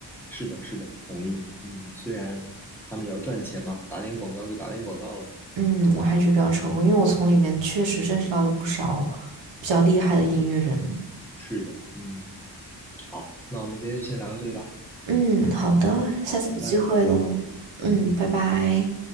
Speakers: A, in the centre; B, on the right (about 80°).
A: 是的，是的，同意。嗯，虽然他们也要赚钱嘛，打点广告就打点广告了。
B: 嗯，我还是比较成功，因为我从里面确实认识到了不少比较厉害的音乐人。
A: 是的，嗯，好，那我们今天就先聊到这里吧。
B: 嗯，好的，
A: 好，
B: 下次有机会喽。
A: 拜拜，
B: 嗯，拜拜。
A: 拜拜。